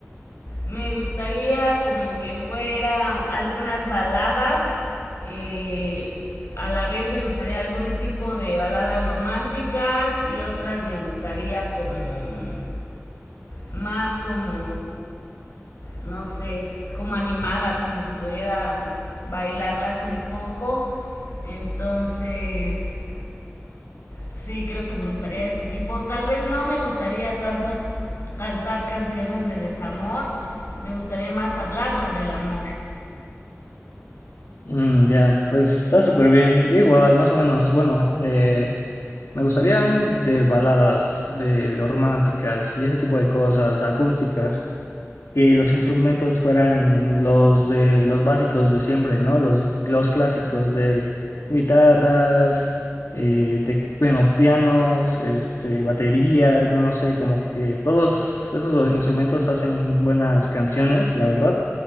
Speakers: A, on the left; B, on the left.
A: Me gustaría como que fuera algunas baladas, eh, a la vez me gustaría algún tipo de baladas románticas y otras me gustaría como más como, no sé, como animadas, como que pudiera bailarlas un poco. Entonces, Sí, creo que me gustaría de ese tipo. Tal vez no me gustaría tanto c- cantar canciones de desamor. Me gustaría más hablar sobre el amor.
B: Mm, ya, pues está súper bien. Yo igual, más o menos, bueno, eh, Me gustarían de baladas de románticas y ese tipo de cosas acústicas, que los instrumentos fueran los de los básicos de siempre, ¿no? Los, los clásicos de guitarras, eh, tec- bueno, pianos, este, baterías, no sé, como que todos esos instrumentos hacen buenas canciones, la verdad